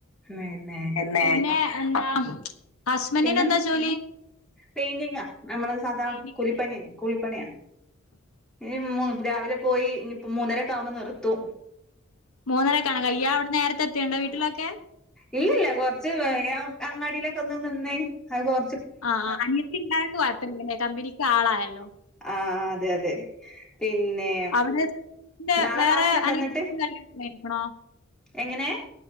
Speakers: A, in the centre; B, on the left.
A: മേ ന്നെ
B: പിന്നെ
A: അഹ്
B: എന്താ ഹസ്ബൻഡിന്
A: പിന്നെ
B: എന്താ ജോലി
A: പെയിന്റിങ്ങാ അമ്മള് സാധാ
B: പെയിന്റിങ്ങിലെ
A: കുലിപ്പണിയെന്നെ കൂലി പ്പണിയ ഈ മൂ രാവിലെ പോയി ഇനിപ്പ മൂന്നരക്കാക്കുമ്പോ നിർത്തു
B: മൂന്നരക്കാണ് ഇയ്യ് അവിടെന്ന് നേരത്തെ ത്തേണ്ടോ വീട്ടിലൊക്കെ
A: ഇല്ലല്ല കുറച്ച് അങ്ങാടിയിലൊക്കെ ഒന്ന് നിന്നേ അത് കൊറ
B: ആ ആ അനിയത്തിണ്ടായോണ്ട് യെ- പ്പല്യ കമ്പനിക്ക് ആളായല്ലോ.
A: ആ അതെ അതെ. പിന്നെ
B: അവിടെ
A: നാളെ
B: വേറെ
A: ക്ലാസ് ഇണ്ടോ
B: അനി
A: എന്നിട്ട്
B: <unintelligible> ണോ
A: എങ്ങനെ